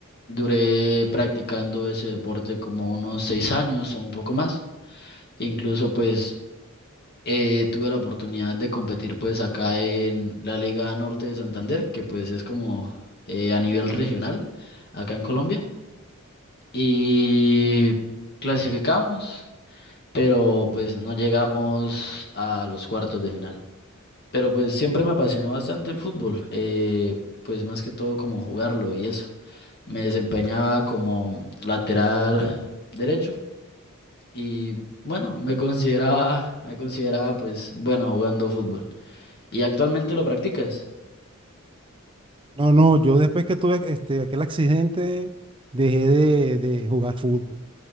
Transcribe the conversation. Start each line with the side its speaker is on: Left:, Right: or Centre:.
Left: Duré practicando ese deporte como unos seis años o un poco más. Incluso pues eh, tuve la oportunidad de competir pues acá en la Liga Norte de Santander, que pues es como eh, a nivel regional acá en Colombia. Y clasificamos, pero pues no llegamos a los cuartos de final. Pero pues siempre me apasionó bastante el fútbol, eh, pues más que todo como jugarlo y eso. Me desempeñaba como lateral derecho y bueno, me consideraba, me consideraba pues bueno jugando fútbol. ¿Y actualmente lo practicas?
Right: No, no, yo después que tuve este, aquel accidente, dejé de, de jugar fútbol.